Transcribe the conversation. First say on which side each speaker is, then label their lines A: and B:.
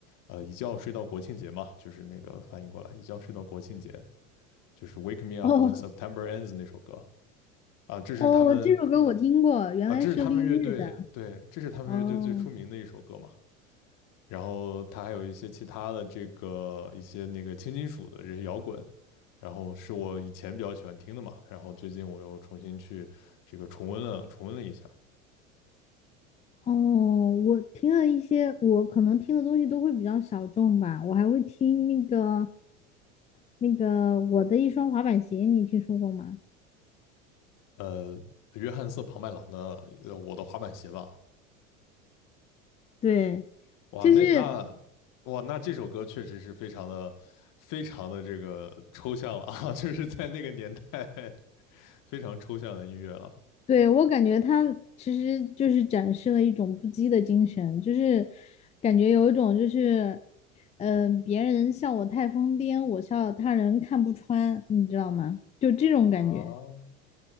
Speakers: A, on the left (about 50°); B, on the left (about 20°).
A: 呃，一觉睡到国庆节嘛，就是那个翻译过来一觉睡到国庆节，就是《Wake Me Up
B: 哦
A: When September Ends》那首歌啊，这是他们
B: 哦，这首歌我听过，原来是绿日的。
A: 啊，这是他们乐队对，这是他们乐队最出名的一首歌嘛。
B: 哦，
A: 然后它还有一些其他的这个一些那个轻金属的这些摇滚，然后是我以前比较喜欢听的嘛，然后最近我又重新去这个重温了重温了一下，
B: 哦，我听了一些，我可能听的东西都会比较小众吧。我还会听那个那个我的一双滑板鞋，你听说过吗？
A: 呃，约翰瑟庞麦郎的呃《我的滑板鞋》吧，
B: 对，
A: 哇，
B: 就是
A: 那那哇那这首歌确实是非常的非常的这个抽象了啊，<laughs> 就是在那个年代 <laughs> 非常抽象的音乐了。
B: 对，我感觉他其实就是展示了一种不羁的精神，就是感觉有一种就是，嗯，别人笑我太疯癫，我笑他人看不穿，你知道吗？就这种感觉。
A: 啊，